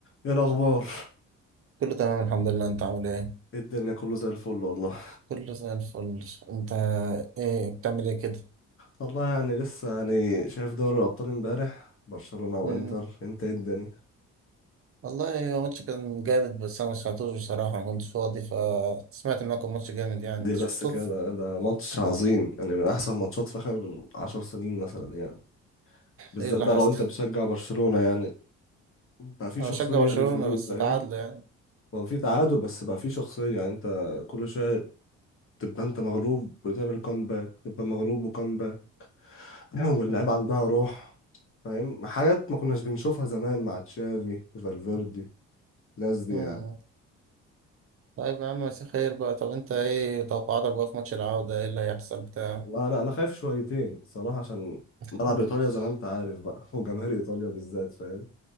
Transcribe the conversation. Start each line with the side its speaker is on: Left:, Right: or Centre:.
Left: ايه الاخبار
Right: كله تمام الحمد لله انت عامل ايه
Left: إيه الدنيا كله زي الفل والله
Right: كله زي الفل انت ايه بتعمل ايه كده
Left: والله يعني لسه يعني شايف دوري الابطال امبارح برشلونة وانتر
Right: مم.
Left: انت ايه الدنيا
Right: والله هو ماتش كان جامد بس انا ما سمعتوش بصراحه ما كنتش فاضي فسمعت ان هو كان ماتش جامد يعني
Left: دي
Right: انت
Left: بس
Right: شفته
Left: كده ده ده ماتش عظيم يعني من احسن ماتشات في اخر عشر سنين مثلا يعني بالذات
Right: ايه اللي
Left: ده
Right: حصل
Left: لو انت بتشجع برشلونة يعني بقى في
Right: انا
Left: شخصية
Right: بشجع
Left: للفريق
Right: برشلونه بس
Left: فاهم
Right: تعادل يعني
Left: هو في تعادل بس بقى في شخصية يعني انت كل شوية تبقى انت مغلوب وتعمل كومباك تبقى مغلوب وكومباك <clears throat> واللعيبة
Right: مم.
Left: عندها روح فاهم حاجات ما كناش بنشوفها زمان مع تشافي وفالفيردي الناس دي
Right: مم.
Left: يعني
Right: طيب يا عم مساء خير بقى طب انت ايه توقعاتك بقى في ماتش العوده ايه اللي هيحصل بتاع
Left: والله انا انا خايف شويتين صراحه عشان
Right: <laughs>
Left: ملعب ايطاليا زي ما انت عارف بقى <laughs> وجماهير ايطاليا بالذات فاهم